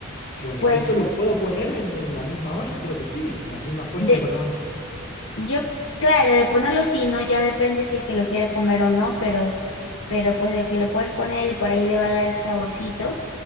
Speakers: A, on the left (about 40°); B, on the left (about 60°).
A: Bueno,
B: Pues
A: ¿eso lo puedo poner en, en la misma olla? Creo que sí, en la misma fuente,
B: de,
A: perdón.
B: yo, claro, de ponerlo sí, ¿no? Ya depende si es que lo quiere comer o no, pero, pero pues de que le puedes poner y por ahí le va a dar el saborcito,